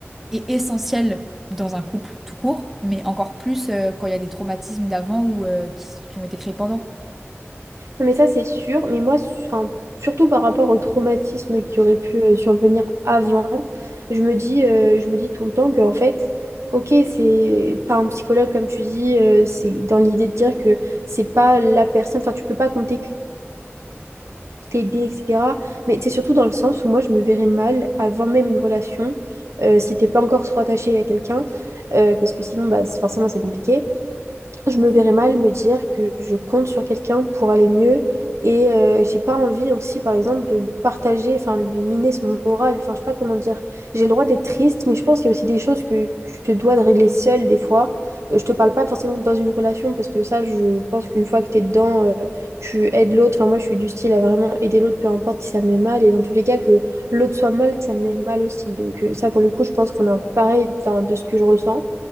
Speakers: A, in the centre; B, on the right.
A: est essentielle dans un couple tout court, mais encore plus euh, quand il y a des traumatismes d'avant ou euh, qui, qui ont été créés pendant.
B: Non, mais ça, c'est sûr. Mais moi, su- enfin, surtout par rapport au traumatisme qui aurait pu euh, survenir avant, je me dis, euh, je me dis tout le temps que, en fait, ok, c'est pas un psychologue, comme tu dis, euh, c'est dans l'idée de dire que c'est pas la personne, enfin, tu peux pas compter que t'aider, etc. Mais c'est surtout dans le sens où moi, je me verrais mal avant même une relation, euh, si t'es pas encore trop attaché à quelqu'un, euh, parce que sinon, bah, c'est- forcément, c'est compliqué je me verrais mal me dire que je compte sur quelqu'un pour aller mieux et euh, j'ai pas envie aussi par exemple de le partager, enfin lui miner son moral, enfin je sais pas comment dire. J'ai le droit d'être triste, mais je pense qu'il y a aussi des choses que tu te dois de régler seule des fois. Euh, je te parle pas forcément dans une relation parce que ça je pense qu'une fois que t'es dedans, euh, tu aides l'autre. Enfin moi je suis du style à vraiment aider l'autre peu importe si ça me met mal et dans tous les cas que l'autre soit mal, ça me met mal aussi. Donc euh, ça pour le coup je pense qu'on est un peu pareil enfin, de ce que je ressens.